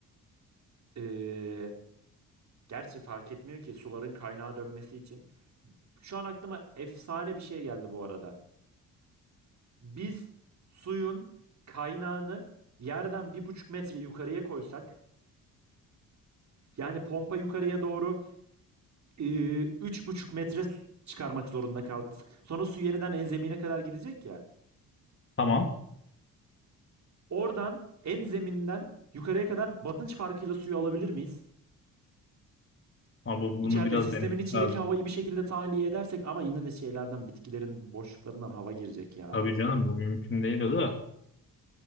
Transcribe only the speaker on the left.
Tamam.
Ama bunu
biraz
denemek
lazım.
Tabii canım bu mümkün değil o da.